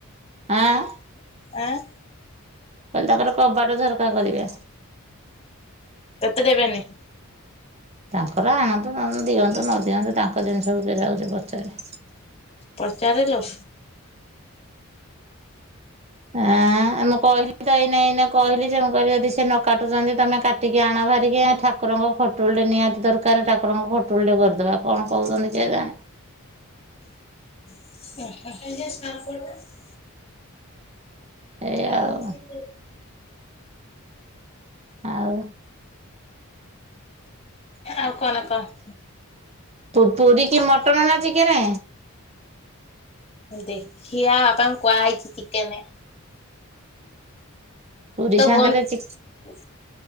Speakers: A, on the right; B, on the left.
A: ଆଁ
B: ଆଁ।
A: କହିଲି ତାଙ୍କର କବାଟ ଝରକା କରିବେ।
B: ତତେ ଦେବେନି।
A: ତାଙ୍କର ଆଣନ୍ତୁ ଅଁ ଦିଅନ୍ତୁ ନଦିଅନ୍ତୁ ତାଙ୍କ ଜିନିଷକୁ କିଏ ଯାଉଚି ପଚାରେ।
B: ପଚାରେ ଲୋ।
A: ଆଁ। ଆଁ ମୁଁ କହିଲି ତ ଏଇନେ ଏଇନେ କହିଲି ଯେ ମୁଁ କହିଲି ଯଦି ସେ ନ କାଟୁଚନ୍ତି ତମେ କାଟିକି ଆଣ ବାହାରିକି ଠାକୁରଙ୍କ ଖଟୁଲି ଟେ ନିହାତି ଦରକାର ଠାକୁରଙ୍କ ଖଟୁଲି ଟେ କରିଦବା କଣ କହୁଚନ୍ତି କିଏ ଜାଣେ।
B: <unintelligible>
A: ଏଇଆ
B: <unintelligible>
A: ଆଉ। ଆଉ।
B: ଆଉ କଣ କହ?
A: ପୁ ପୁରୀ କି ମଟନ ନା ଚିକେନେ?
B: ଦେଖିଆ ବାପାଙ୍କୁ କୁହା ହେଇଚି ଚିକେନେ।
A: <inaudible> ପୁରୀ
B: ତ
A: ସାଙ୍ଗରେ
B: ଭନ
A: ଚି